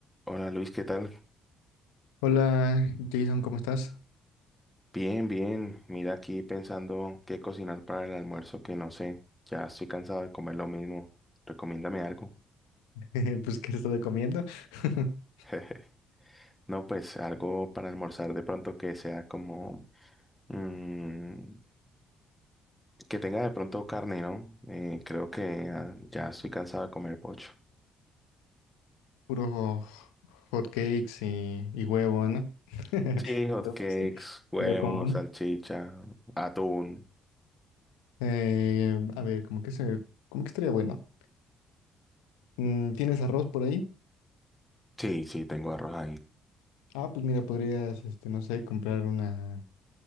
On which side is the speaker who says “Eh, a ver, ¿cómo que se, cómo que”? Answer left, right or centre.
Left